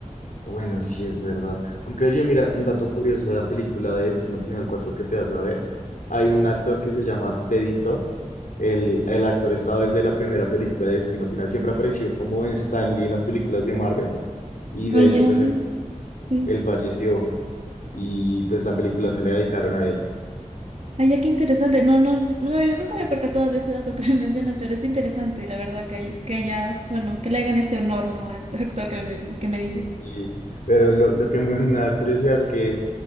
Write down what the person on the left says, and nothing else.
Bueno, sí es verdad. Aunque oye, mira, un dato curioso de la película de Destino Final 4 que te vas a ver, hay un actor que se llama Teddy Todd. El, el actor estaba desde la primera película de Destino Final, siempre apareció como Stan Lee en las películas de Marvel y de
hecho pues él,
él falleció y pues la película se le dedicaron a él.
Y- pero lo, lo que <laughs> me, me da curiosidad es que